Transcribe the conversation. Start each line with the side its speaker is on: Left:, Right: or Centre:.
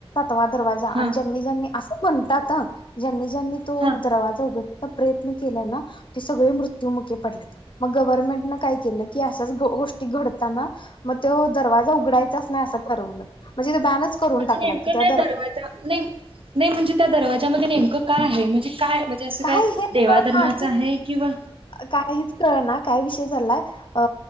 Left: तवा दरवाजा
Right: हा.
Left: आणि ज्यांनी ज्यांनी आस म्हणतात अ ज्यांनी ज्यानी तो
Right: हा
Left: दरवाजा उघड प्रयत्न केलाय ना ते सगळे मृत्यूमुखी पडलेत मग गव्हनमेंट का केलं की अशच गोष्टी घडताना मग तो दवाज उघडायचाच नाही असा ठरवला म्हणजे बॅनच करून
Right: म्हणजे
Left: टाकला
Right: नेमकं
Left: की त्या
Right: काय दरवाजा नाय नाय म्हणजे त्या दरवाज त्यामध्ये नेमकं काय आहे म्हणजे काय? म्हणजे असं
Left: काय हेच
Right: देवाधर्माचं
Left: कळ ना कि
Right: आहे किंवा
Left: काय हेच कळ ना काय विषय झालाय अ